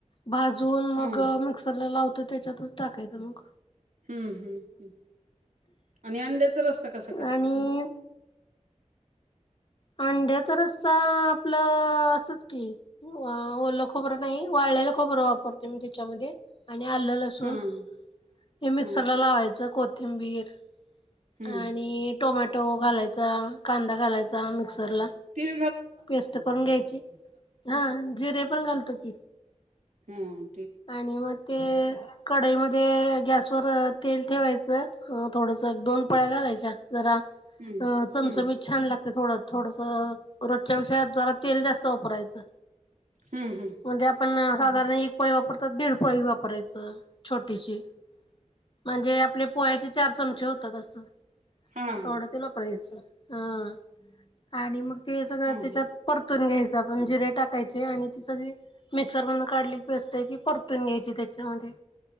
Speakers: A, on the left (about 40°); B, on the right (about 80°).
A: भाजून मग
B: हां.
A: मिक्सरला लावत त्याच्यातच टाकायचं मग
B: हम्म हम् हम् आणि अंड्याचा रस्ता कसा करतेस
A: आणि
B: मग
A: आन अंढ्याचा रस्ता आपलं असच की ओलं खबर नाही वाळलेल खोबर वापरते मी त्याच्यामध्ये आणि आलं लसून
B: हां,
A: हे मिक्सरला
B: हां.
A: लावायचं कोथिंबीर
B: हं.
A: आणि टोमॅटो घालायचा कांदा घालायचा मिक्सरला
B: तिळ
A: पेस्ट करून घ्यायची हा जीरे पण घालतो की
B: हम्म
A: आणि मग ते कढाईमध्येध्ये गॅसवर तेल ठेवायचं थोडस दोन पळ्या घालायच्या जरा
B: हं,
A: चमचमी
B: हं.
A: छान लागते ते थोडं थोडस रोजच्या पेक्षा जरा तेल जास्त वापरायचं
B: हं, हं.
A: म्हणजे आपण साधारण एक पळी वापरतो दिड पळी वापर पोरायच छोटीशी म्हणजे आपले पोह्याचे चार चमचे होता तस तेवढ
B: हां, हां.
A: तेल वापरायच ह आणि मग ते सगळ
B: हां,
A: त्याच्यात
B: हां.
A: परतून घ्यायच आपण जिरे टाकायचे आणि ती सगळी मिक्सर मधन काढली पेस्ट आहे ती परतून घ्यायची त्याच्यामध्ये